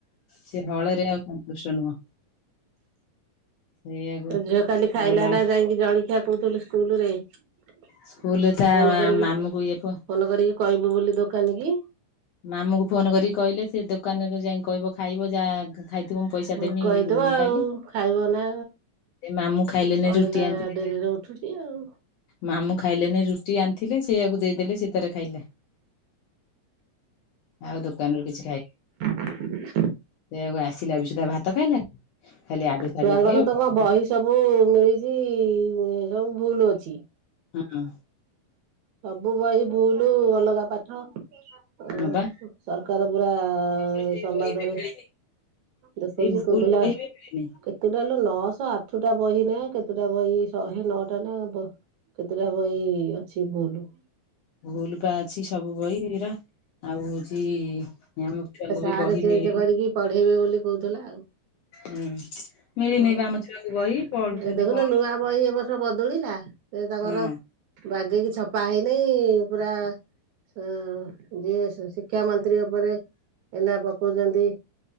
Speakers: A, on the left (about 75°); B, on the right (about 70°).
A: ସେ ହଳେରେ ଆଉ ସନ୍ତୁଷ୍ଟ ନୁହଁ। ସେଇଆକୁ
B: ତୋ ଝିଅ କାଲି ଖାଇଲା
A: ଆଉ ଲା
B: ନା ଯାଇକି ଜଳଖିଆ କହୁଥିଲୁ ସ୍କୁଲରେ। ଫୋନ
A: ସ୍କୁଲରେ ତା
B: କରିକି
A: ମାମୁଁକୁ
B: ଫୋନ
A: ଇଏ ପୁଅ
B: କରିକି କହିବୁ ବୋଲି ଦୋକାନୀ କି।
A: ମାମୁକୁ ଫୋନ କରିକି କହିଲେ ସେ ଦୋକାନକୁ ଯାଇ କହିବ ଖାଇବ ଯାହା ଖା ଖାଇଥିବ ମୁଁ ପଇସା
B: ଭୋକ
A: ଦେମି
B: ହେଇଥିବ ଆଉ
A: କାଲି।
B: ଖାଇବ ନା
A: ଏ ମାମୁଁ ଖାଇଲେ
B: ପଳେଇଲା
A: ନାଇ ରୁଟି ଆଣି ଥିଲେ।
B: ଡେରିରେ ଉଠୁଛି ଆଉ।
A: ମାମୁଁ ଖାଇଲେନି ରୁଟି ଆଣିଥିଲେ ସେଇଆକୁ ଦେଇଦେଲେ ସେ ତାର ଖାଇଲା। ଆଉ ଦୋକାନରୁୁ କିଛି ଖାଇନି।
B: ହ <inaudible>
A: ସେଇଆକୁ ଆସିଲା ବି ସୁଧା ଭାତ ଖାଇଲା। ଖାଲି ଆଡୁ ସାଡୁ
B: ଛୁଆଙ୍କର
A: ଖାଇବ।
B: ତ କଣ ବହି ସବୁ ମିଳିଛି ସବୁ ଭୁଲ ଅଛି।
A: ହୁଁ।
B: ସବୁ ବହି ଭୁଲ ଅଲଗା ପାଠ। ଓ
A: ହଁ ବା
B: ସରକାର ପୁରା
A: ରହିବି
B: ସମ୍ବାଦରେ
A: ମିଳିନି
B: ଦେଖଉଛି
A: ଏଇ ଭୁଲ
B: କହୁଥିଲା
A: ବହି ବି ମିଳୁନି
B: ଟୋଟାଲ ନଅଶହ ଆଠଟା ବହି ନା କେତେଟା ବହି ଶହେ ନଅଟା ନା ବ କେତେଟା ବହି ଅଛି ଭୁଲ।
A: ଭୁଲ ପା ଅଛି ସବୁ ବହି ହେରା ଆଉ ଅଛି ଆମ ଛୁଆଙ୍କୁ
B: ସାର୍
A: ବି ବହି
B: ଚେଞ୍ଜ
A: ମିଳିନି।
B: କରିକି ପଢେଇବେ ବୋଲି କହୁଥିଲା ଆଉ।
A: ହୁଁ। ମିଳିନି
B: ହଁ
A: ବା ଆମ ଛୁଆଙ୍କୁ ବହି ପଢୁଛନ୍ତି
B: ଏ ଦେଖୁନ
A: କଣ
B: ନୂଆ ବହି ଏ ବର୍ଷ ବଦଳିଲା ସେ ତାଙ୍କର
A: ହଁ
B: ବାଗେଇକି ଛପା ହେଇ ନାହିଁ ପୁରା ଯିଏ ସେସିପି। କିଆଁ ମନ୍ତ୍ରୀ ଉପରେ ଏଇନା ପକଉଚନ୍ତି